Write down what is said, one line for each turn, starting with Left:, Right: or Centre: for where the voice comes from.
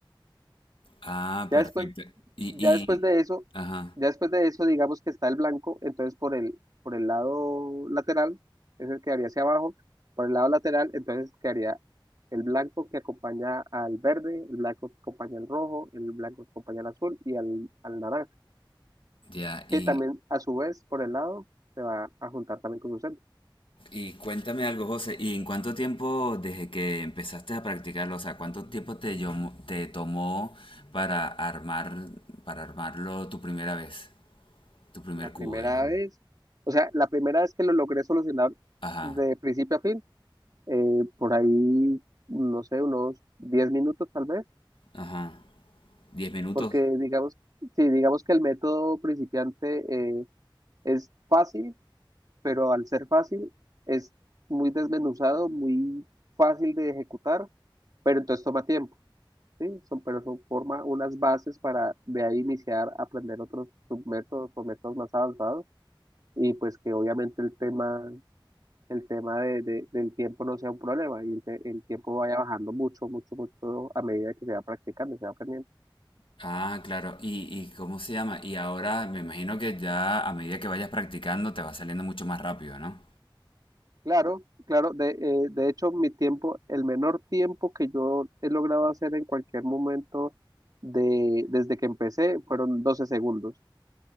Left: Ah,
Right: Ya
Left: perfecto.
Right: después
Left: Y,
Right: ya después
Left: y,
Right: de eso,
Left: ajá,
Right: ya después de eso, digamos que está el blanco, entonces por el, por el lado lateral, es el que haría hacia abajo, por el lado lateral, entonces quedaría el blanco que acompaña al verde, el blanco que acompaña al rojo, el blanco que acompaña al azul y al, al naranja,
Left: ya. Y,
Right: que también a su vez por el lado se va a juntar también con su centro.
Left: y cuéntame algo, José. ¿Y en cuánto tiempo desde que empezaste a practicarlo, o sea, cuánto tiempo te, llamó- te tomó para armar, para armarlo tu primera vez, tu primer
Right: La primera
Left: cubo, digamos?
Right: vez, o sea, la primera vez que lo logré solucionar
Left: Ajá,
Right: de principio a fin, eh, por ahí, no sé, unos 10 minutos tal vez.
Left: ajá. ¿Diez minutos?
Right: porque digamos, sí, digamos que el método principiante eh, es fácil, pero al ser fácil es muy desmenuzado, muy fácil de ejecutar, pero entonces toma tiempo, ¿sí? Son, pero son forma unas bases para de ahí iniciar a aprender otros submétodos o métodos más avanzados y pues que obviamente el tema, el tema de, de- del tiempo no sea un problema y el, te- el tiempo vaya bajando mucho, mucho, mucho a medida que se va practicando, se va aprendiendo.
Left: Ah, claro. ¿Y, y cómo se llama? Y ahora me imagino que ya a medida que vayas practicando te va saliendo mucho más rápido, ¿no?
Right: Claro, claro. De, eh, de hecho, mi tiempo, el menor tiempo que yo he logrado hacer en cualquier momento de, desde que empecé fueron 12 segundos.